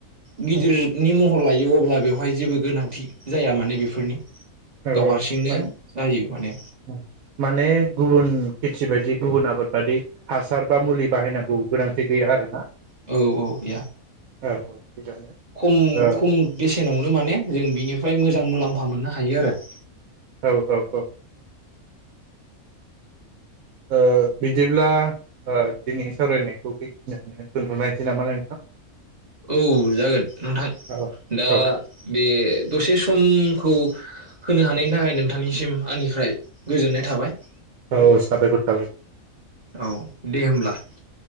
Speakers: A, on the right; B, on the right.
A: गिदिरनि महर लायो अब्ला बेव हाय जेबो गोनांथि जाया माने बेफोरनि
B: औ
A: गाव हारसिंनो
B: औ मान
A: जायो माने
B: औ माने गुबुन खेथि बायदि गुबुन आबाद बादि हासार बा मुलि बाहायनांगौ गोनांथि गैया आरोना ।
A: औ गैया
B: औ थिगानो
A: खम
B: औ
A: खम बेसेनावनो माने जों बिनि फ्राय मोजां मुलाम्फा मोननो हायो आरो ।
B: औ औ औ ओ बिदिब्ला ओ दिनैनि सावरायनायखौ बेखिनियावनो दोनथ'लायनोसै नामा नोंथां?
A: औ जागोन नोंथां
B: औ
A: दा
B: औ
A: बे दसे सम खौ होनो हानायनि थाखाय नोंथांनिसिम आंनिफ्राय गोजोननाय थाबाय ।
B: औ औ साबायखर थाबाय
A: औ दे होमब्ला ।